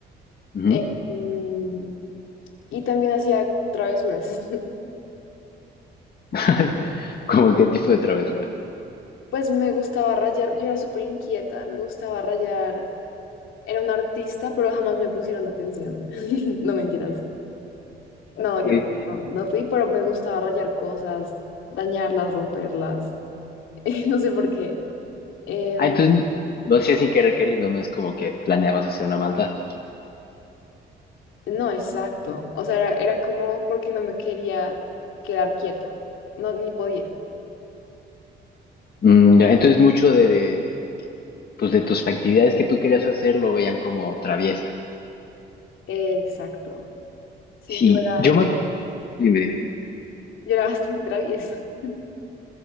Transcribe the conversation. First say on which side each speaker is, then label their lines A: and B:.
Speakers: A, on the left (about 50°); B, on the left (about 80°).
A: Ujú.
B: Eh, mm, y también hacía travesuras. <laughs>
A: <laughs> ¿Cómo qué tipo de travesuras?
B: Pues me gustaba rayar, yo era súper inquieta, me gustaba rayar. Era una artista, pero jamás me pusieron atención. <laughs> No mentiras. No,
A: Ah, que-
B: yo no, no fui, pero me gustaba rayar cosas, dañarlas, romperlas. <laughs> No sé por qué. Em,
A: ah, entonces lo hacías sin querer queriendo, no es como que planeabas hacer una maldad.
B: no, exacto. O sea, era, era como porque no me quería quedar quieta. No, ni podía.
A: Mm, ya, entonces mucho de, de, pues de tus actividades que tú querías hacer lo veían como traviesa.
B: exacto. Sí,
A: Sí,
B: yo era,
A: yo me acu- Dime, dime.
B: yo era bastante traviesa. <laughs>